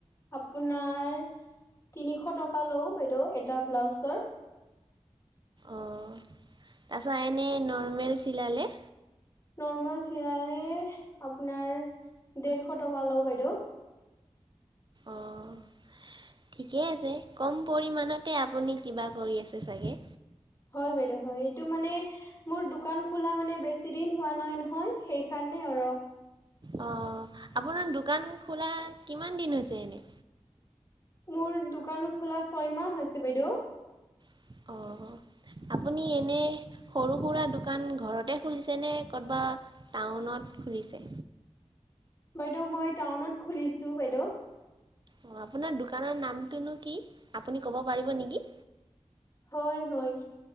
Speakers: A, on the left; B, on the right.
A: আপোনাৰ তিনিশ টকা লও বাইদেউ এটা ব্লাউজৰ
B: অঁ তাৰপিছত এনে নৰ্মেল চিলালে
A: নৰ্মেল চিলালে আপোনাৰ ডেৰশ টকা লওঁ বাইদেউ
B: অঁ ঠিকে আছে কম পৰিমাণতে আপুনি কিবা কৰি আছে চাগে
A: হয় বাইদউ হয় এইটো মানে মোৰ দোকান খোলা মানে বেছি দিন হোৱা নাই নহয় সেই কাৰণে আৰু
B: অ' আপোনাৰ দোকান খোলা কিমান দিন হৈছে এনে
A: মোৰ দোকান খোলা ছয় মাহ হৈছে বাইদেউ
B: অ' আপুনি এনে সৰু সুৰা দোকান ঘৰতে খুলিছে নে কত'বা টাউনত খুলিছে
A: বাইদেউ মই টাউনত খুলিছো বাইদেউ
B: অ' আপোনাৰ দোকানৰ নামটোনো কি আপুনি ক'ব পাৰিব নেকি
A: হয় হয়